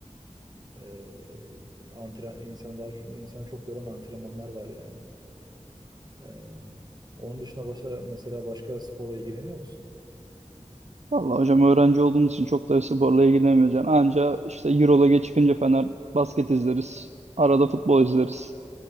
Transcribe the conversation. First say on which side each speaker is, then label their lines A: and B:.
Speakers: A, on the right; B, on the right.
A: e, antren insan daha insan çok yoran antrenmanlar var yani. E, onun dışında başka mesela başka sporla ilgileniyor musun?
B: Vallahi hocam öğrenci olduğumuz için çok da sporla ilgilenmeyeceksin. Anca işte Euroleague'e çıkınca Fener basket izleriz. Arada futbol izleriz.